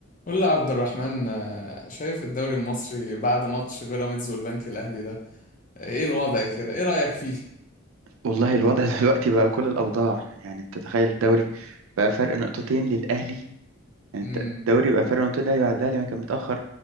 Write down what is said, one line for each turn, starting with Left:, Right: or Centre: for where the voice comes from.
Left: قول لي يا عبد الرحمن آه، شايف الدوري المصري بعد ماتش بيراميدز والبنك الأهلي ده آه، ايه الوضع كده ايه رأيك فيه
Right: والله الوضع <laughs> دلوقتي بقى كل الأوضاع يعني أنت تخيل الدوري بقى فرق نقطتين للأهلي يعني
Left: امم
Right: أنت الدوري بقى فرق نقطتين للأهلي بعد الأهلي ما كان متأخر